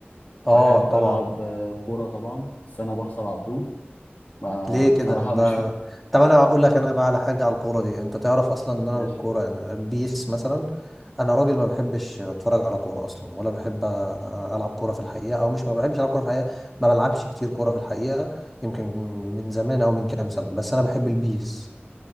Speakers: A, in the centre; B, on the left.
A: اه
B: بحب
A: طبعا
B: العب آه، كوره طبعا بس انا بخسر على طول ما
A: ليه
B: بصراحه
A: كده ده
B: <laughs> مش
A: طب انا اقول لك انا بقى على حاجة على الكورة دي انت تعرف اصلا ان انا
B: مش
A: الكورة يعني بيس مثلا انا راجل ما بحبش اتفرج على كورة اصلا ولا بحب أ- العب كورة في الحقيقة او مش ما بحبش العب كورة في الحقيقة ما بلعبش كتير كورة في الحقيقة يمكن من زمان او من كام سنة بس انا بحب البيس